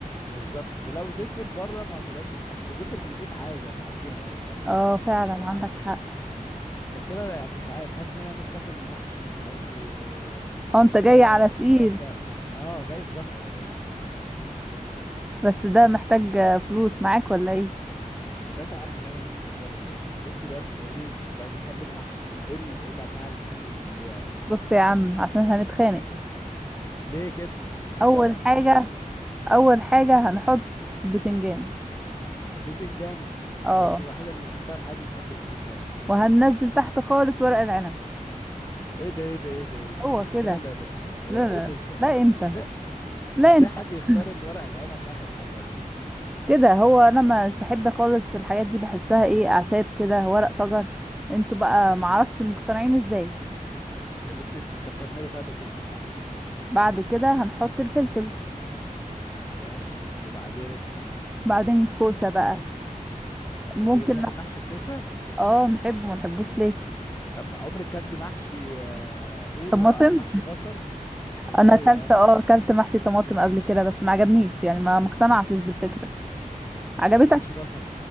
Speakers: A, on the left (about 20°); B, in the centre.
A: بالظبط ولو زفر بره ما تقدرش تستحمله زفر في البيت عادي هتعديها يعني فاهمة
B: اه فعلا
A: مش شغالين
B: عندك
A: عندي
B: حق
A: بس انا يعني مش عارف حاسس ان انا نفسي اكل محشي محاشي آه،
B: اه
A: ممبار
B: انت جاي على تقيل
A: الكلام ده اه جاي في زفر يا باشا
B: بس ده محتاج آه، فلوس معاك ولا ايه
A: يا باشا اخر حاجه نفكر فيها الفلوس انت بس قولي لي لو بتحبي المحشي ايه ال- ايه الانواع المحاشي اللي بتحبيها يعني
B: بص يا عم عشان هنتخانق
A: ليه كده انت بتحبي
B: اول
A: اصلا محاشي
B: حاجة
A: ايه
B: اول حاجة هنحط البتنجان
A: بتنجان
B: اه
A: ده انت الوحيده اللي شفتها في حياتي بتحب البتنجان
B: وهننزل تحت خالص ورق العنب
A: ايه ده ايه ده ايه ده ايه ده,
B: هو
A: إيه ده؟
B: كده
A: لا لا لا هو
B: لا
A: ايه ده
B: لا
A: ازاي
B: لا انت
A: ازاي
B: لا
A: ازاي
B: انت
A: حد
B: <clears throat>
A: يختار الورق العنب اخر حاجه يا بنتي
B: كده هو انا مش بحب خالص الحاجات دي بحسها ايه اعشاب كده ورق شجر انتوا بقى معرفش مقتنعين ازاي
A: يا بنتي ال- طب كملي طيب الليسته بتاعتك
B: بعد كده هنحط الفلفل
A: ماشي وبعدين
B: بعدين كوسة بقى ممكن
A: ايه ده بتحب
B: نح-
A: المحشي الكوسه
B: اه نحبه ما نحبوش ليه
A: طب عمرك كلتي محشي آه، قوطه
B: طماطم
A: او محشي بصل
B: انا
A: ايوه
B: اكلت
A: آه.
B: اه اكلت محشي طماطم قبل كده بس ما عجبنيش يعني ما مقتنعتش بالفكرة عجبتك
A: طب محشي بصل